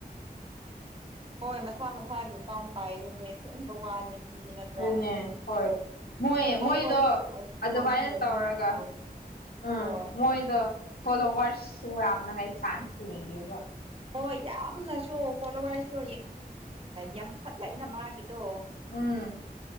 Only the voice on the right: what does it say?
ꯍꯣꯏ ꯃꯁꯥ ꯃꯁꯥꯒꯤ ꯑꯦꯀꯥꯎꯟ ꯄꯥꯏꯗꯨꯏꯅꯦ ꯁꯦꯝꯕ ꯋꯥꯅꯤ ꯁꯤꯗꯤ ꯅꯠꯇ꯭ꯔꯥ
ꯑꯩꯈꯣꯏꯁꯨ
ꯑꯣꯏꯁꯨ
ꯁꯥꯎꯅꯤꯡꯒꯅꯤ
ꯁꯤ ꯃꯇꯥꯎꯁꯦ
ꯍꯣꯏ
ꯍꯣꯏ ꯌꯥꯝꯅꯁꯨ ꯐꯣꯂꯣꯋꯥꯔꯁꯨ ꯌꯥꯝꯈꯠꯂꯛꯑꯦꯅ ꯃꯥꯒꯤꯗꯣ